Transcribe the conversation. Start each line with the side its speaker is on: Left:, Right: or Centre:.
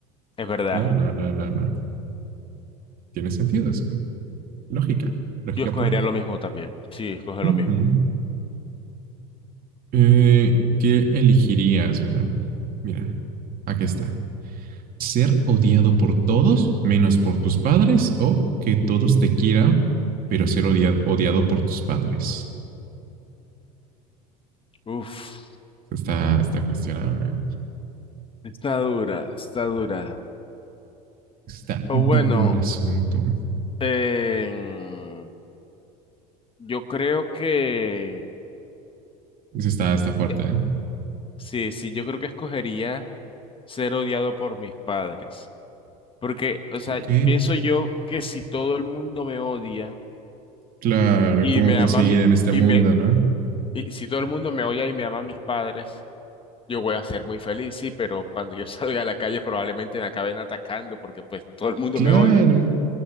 Left: Es verdad.
Right: No, no, no, no, no. Tiene sentido, es lógica, lógica
Left: Yo escogería
Right: pura.
Left: lo mismo también. Sí, escoge
Right: Ujú.
Left: lo mismo.
Right: Eh, ¿qué elegirías? Mira, mira, aquí está. ¿Ser odiado por todos menos por tus padres o que todos te quieran, pero ser odia- odiado por tus padres?
Left: Uf.
Right: Está, está cuestionable. ¿eh?
Left: Está dura, está dura.
Right: Está
Left: O
Right: duro
Left: bueno,
Right: el asunto.
Left: em, yo creo que
Right: Está, está fuerte,
Left: eh,
Right: ¿eh?
Left: sí, sí, yo creo que escogería ser odiado por mis padres. Porque, o sea,
Right: Ok.
Left: pienso yo que si todo el mundo me odia
Right: Claro,
Left: y
Right: cómo
Left: me
Right: puedo
Left: ama
Right: seguir
Left: a mí-
Right: en este
Left: y
Right: mundo,
Left: me
Right: ¿no?
Left: y si todo el mundo me odia y me ama a mis padres, yo voy a ser muy feliz, sí, pero cuando yo <laughs> salga a la calle probablemente me acaben atacando porque pues todo el mundo
Right: Claro,
Left: me odia.